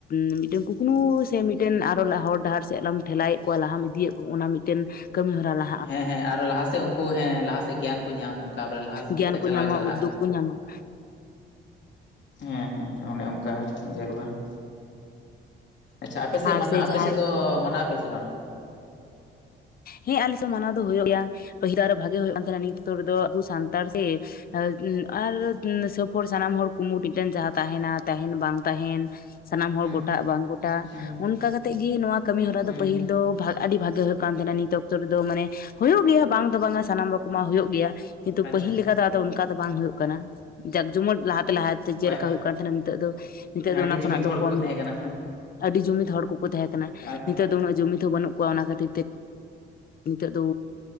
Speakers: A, on the left; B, on the left.
A: ᱩᱸ ᱢᱤᱫᱴᱮᱱ ᱠᱩᱠᱱᱩ ᱥᱮ ᱢᱤᱫᱴᱮᱱ ᱟᱨᱚ ᱞᱟ ᱦᱚᱨ ᱰᱟᱦᱟᱨ ᱥᱮᱫ ᱞᱮᱢ ᱴᱷᱮᱞᱟᱭᱮᱜ ᱠᱚᱣᱟ ᱞᱟᱦᱟᱢ ᱤᱫᱤᱭᱮᱜ ᱠᱚ ᱚᱱᱟ ᱢᱤᱫᱴᱮᱱ ᱠᱟᱹᱢᱤ ᱦᱚᱨᱟ ᱞᱟ
B: ᱦᱮᱸ ᱦᱮᱸ ᱟᱨᱚ ᱞᱟᱦᱟ ᱥᱮᱫ ᱩᱱᱠᱩ ᱦᱮᱸ ᱞᱟᱦᱟᱥᱮᱫ ᱜᱮᱭᱟᱱ ᱠᱚ ᱧᱟᱢᱟ ᱚᱱᱠᱟ <inaudible> ᱞᱟᱦᱟᱥᱮᱫ ᱪᱮᱫ
A: ᱜᱮᱭᱟᱱ
B: ᱞᱮᱠᱟ
A: ᱠᱚ
B: ᱪᱟᱞᱟᱣ
A: ᱧᱟᱢᱟ
B: ᱪᱟᱞᱟᱜᱼᱟ᱾
A: ᱩᱫᱽᱫᱳᱜᱽ ᱠᱚ ᱧᱟᱢᱟ
B: ᱦᱮᱸ ᱦᱮᱸ ᱦᱮᱸ, ᱚᱱᱮ ᱚᱝᱠᱟ ᱡᱟᱹᱨᱩᱲᱟ ᱾ ᱟᱪᱪᱷᱟ ᱟᱯᱮ ᱥᱮᱫ
A: ᱟᱨ
B: ᱢᱟᱱᱟ
A: ᱥᱮ
B: ᱟᱯᱮ
A: ᱡᱟᱦᱟᱸᱭ
B: ᱥᱮᱫ ᱫᱚ ᱢᱟᱱᱟᱣ ᱟᱯᱮ ᱥᱮ ᱵᱟᱝ?
A: ᱦᱮᱸ ᱟᱞᱮ ᱥᱮᱫ ᱢᱟᱱᱟᱣ ᱫᱚ ᱦᱳᱭᱳᱜ ᱜᱮᱭᱟ᱾ᱯᱟᱹᱦᱤᱞ ᱫᱚ ᱟᱨ ᱵᱷᱟᱜᱮ ᱦᱩᱭᱩᱜ ᱠᱟᱱ ᱛᱟᱦᱮᱱᱟ ᱱᱤᱛ ᱫᱚ ᱟᱵᱚ ᱥᱟᱱᱛᱟᱲ ᱥᱮ <inaudible> ᱟᱨ ᱥᱟᱹᱯᱷᱚᱨ ᱥᱟᱱᱟᱢ ᱦᱚᱲ ᱠᱩᱢᱩᱴ ᱢᱤᱫᱴᱮᱱ ᱡᱟᱦᱟᱸ ᱛᱟᱦᱮᱱᱟ, ᱛᱟᱦᱮᱱ ᱵᱟᱝ ᱛᱟᱦᱮᱱ ᱥᱟᱱᱟᱢ ᱦᱚᱲ
B: ᱦᱩᱸ
A: ᱜᱚᱴᱟᱜ ᱵᱟᱝ ᱜᱚᱴᱟᱜ,
B: ᱦᱩᱸ
A: ᱚᱱᱠᱟ ᱠᱟᱛᱮᱜ ᱜᱤ ᱱᱚᱣᱟ ᱠᱟᱹᱢᱤ ᱦᱚᱨᱟ
B: ᱦᱩᱸ
A: ᱫᱚ ᱯᱟᱹᱦᱤᱞ ᱫᱚ ᱵᱷᱟ ᱟᱹᱰᱤ ᱵᱷᱟᱜᱮ ᱦᱩᱭᱩᱜ ᱠᱟᱱ ᱛᱟᱦᱮᱱᱟ ᱱᱤᱛ ᱚᱠᱛᱚ ᱨᱮᱫᱚ ᱢᱟᱱᱮ ᱦᱳᱭᱳᱜ ᱜᱮᱭᱟ ᱵᱟᱝ ᱫᱚ ᱵᱟᱝᱟ ᱥᱟᱱᱟᱢ ᱨᱚᱠᱚᱢᱟᱜ ᱦᱳᱭᱳᱜ ᱜᱮᱭᱟ ᱾ ᱠᱤᱱᱛᱩ
B: ᱟᱪᱪᱷᱟ
A: ᱯᱟᱹᱦᱤᱞ ᱞᱮᱠᱟ ᱟᱫᱚ ᱚᱱᱠᱟ ᱫᱚ ᱵᱟᱝ ᱦᱳᱭᱳᱜ ᱠᱟᱱᱟ ᱡᱟᱠ ᱡᱚᱢᱚᱱ ᱞᱟᱦᱟ ᱛᱮ ᱞᱟᱦᱟ᱾ ᱡᱮᱞᱮᱠᱟ
B: ᱯᱟᱭ
A: ᱦᱩᱭᱩᱜ ᱠᱟᱱ ᱛᱟᱦᱮᱱᱟ ᱱᱤᱛᱚᱜ ᱫᱚ ᱱᱤᱛᱚᱜ
B: ᱦᱮᱸ
A: ᱫᱚ
B: ᱟᱹᱰᱤ
A: ᱚᱱᱟ
B: ᱡᱩᱢᱤᱫ
A: ᱠᱷᱚᱱᱟᱜ ᱫᱚ
B: ᱦᱚᱲ
A: ᱠᱚᱢ
B: ᱠᱚᱠᱚ ᱛᱟᱦᱮᱸ
A: ᱮᱱᱟ᱾
B: ᱠᱟᱱᱟ ᱦᱮᱸ
A: ᱟᱹᱰᱤ ᱡᱩᱢᱤᱫ ᱦᱚᱲ ᱠᱚᱠᱚ ᱛᱟᱦᱮᱸ ᱠᱟᱱᱟ
B: ᱟᱪᱪᱷᱟ
A: ᱱᱤᱛᱳᱜ
B: ᱟᱪᱪᱷᱟ
A: ᱫᱚ ᱩᱱᱟᱹᱜ ᱡᱩᱢᱤᱫ ᱦᱚᱸ ᱵᱟᱹᱱᱩᱜ ᱠᱚᱣᱟ ᱚᱱᱟ ᱠᱷᱟᱹᱛᱤᱨ ᱛᱮ ᱱᱤᱛᱚᱜ ᱫᱚ